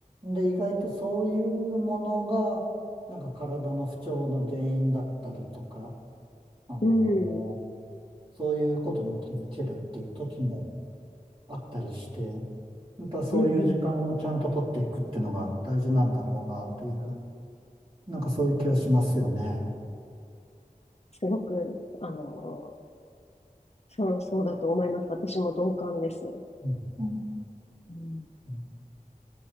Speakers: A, on the right; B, on the left.
A: で意外とそういうものが、なんか体の不調の原因だったりとか、あのー
B: うん、うん、
A: そういうことに気づけるっていう時もあったりして、またそういう時間をちゃんと取っていくっていうのが大事なんだろうなっていう、
B: うん、うん
A: なんかそういう気がしますよね。
B: すごく、あの、そう、そうだと思います。私も同感です。
A: うん。
B: うん。
A: うん。